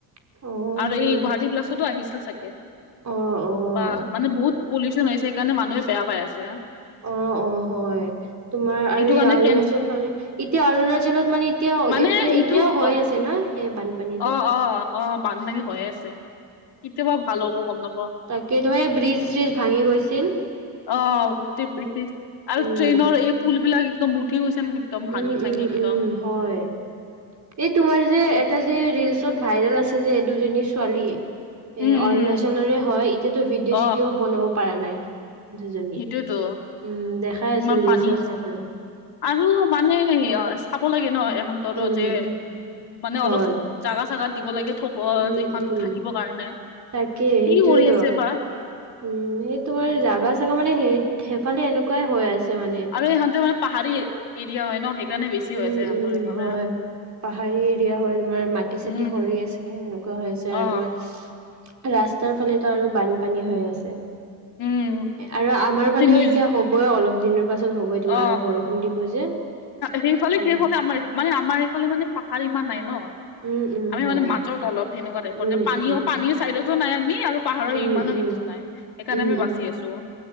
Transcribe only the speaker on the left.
আৰু
এই
গুৱাহাটী প্লাছতো আহিছিল চাগে।
বা মানে বহুত পলিউচন হৈছে সেইকাৰণে মানুহে বেয়া পাই আছে।
সেইটো
কাৰণে
কেন
মানে
সেইটো
অ
অ', অ', বানপানী হৈয়ে আছে। কেতিয়াবা ভাল হ'ব গম নাপাওঁ
অ', গোটেই ব্ৰিটিছ আৰু
ট্ৰেইনৰ এই পুল বিলাক একদম উঠি গৈছে ন একদম ভাঙি
চাঙি
একদম
উম
উম
অ
সেইটোয়েতো
ইমান
পানী আছে
আৰু, মানে চাব লাগে ন এহততো
যে
মানে
অলপ জাগা, চাগা, দিব লাগে থব
এইখনো
থাকিব কাৰণে,
কি
কৰি আছে বা
আৰু, ইহঁতে মানে, পাহাৰী এৰিয়া হয় ন, সেইকাৰণে বেছি
হৈ আছে সিহঁতৰ
ইফালে
উম
অ
উম
এইটো
নিউজ
অ
সেইফালে,
সেইফাললে, আমাৰ মানে আমাৰ এইফালে মানে পাহাৰ ইমান নাই ন
আমি
মানে, মাজত অলপ সেনেকুৱা টাইপত
পানী
পানীৰ চাইডতো নাই আমি আৰু পাহাৰৰ
ইমানো
সিটোত নাই সেইকাৰণে
আমি
বাচি আছো।